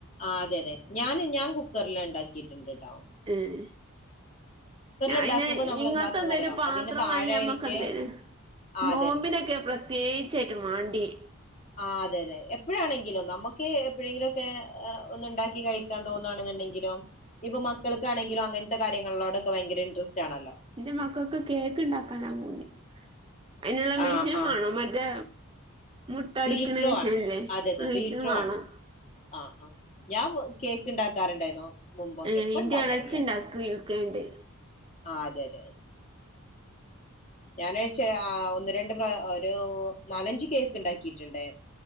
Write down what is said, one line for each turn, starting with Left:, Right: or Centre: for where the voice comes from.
Left: ആ അതെ അതെ ഞാന് ഞാൻ കുക്കറില്ണ്ടാക്കിട്ട്ണ്ട്ട്ടോ
Right: ഏഹ് ഞാപിന്നെ
Left: ഉണ്ടാക്കുമ്പോ നമ്മൾ
Right: ഇങ്ങത്തെന്തേലും
Left: എന്താക്കണംന്ന് അറിയോ
Right: പാത്രം
Left: അതിന് താഴെയായിട്ട്
Right: വാങ്ങിയമ്മക്കെന്തേലും
Left: ആ
Right: നോമ്പിനൊക്കെ
Left: അതെ അതെ
Right: പ്രത്യേകിച്ചായിട്ട് മാണ്ടിയെ
Left: ആഹാ അതെ അതെ എപ്പഴാണെങ്കിലും നമ്മക്ക് എപ്പഴേങ്കിലൊക്കെ ഒന്ന്ണ്ടാക്കി കഴിക തോന്നാണെന്ന്ണ്ടെങ്കിലോ? ഇപ്പം മക്കൾക്കാണെങ്കിലോ അങ്ങൻത്തെ കാര്യങ്ങളിലോടൊക്കെ ഭയങ്കര ഇൻട്രസ്റ്റാണല്ലോ
Right: ഇന്റെ മക്കക്ക് കേക്ക്ണ്ടാക്കാനാ പൂതി അയിനുള്ള മെഷീൻ
Left: ആഹ് ആഹ്
Right: മാണം മറ്റേ മുട്ടടിക്കണ
Left: ബീട്രോ
Right: മെഷീനില്ലേ
Left: ആണ് അതെ അതെ
Right: വൈറ്റ്
Left: ബീട്രോ
Right: വാണം
Left: ആണ് ആഹ് ആഹ് ഞാൻ കേക്ക് ഉണ്ടാക്കാറുണ്ടായിന്നോ മുമ്പൊക്കെ
Right: ഏഹ്
Left: പ്പ
Right: ഇന്റെ
Left: ഉണ്ടാക്കാറില്ലാട്ടാ
Right: എളച്ചി ഇണ്ടാക്കും യുക്കേണ്ട്
Left: ആ അതെഅതെ ഞാൻ അഹ് ചെ ആഹ് ഒന്ന് രണ്ട് പ്ര ഒരു നാലഞ്ച് കേക്ക് ഉണ്ടാക്കിയിട്ടുണ്ട്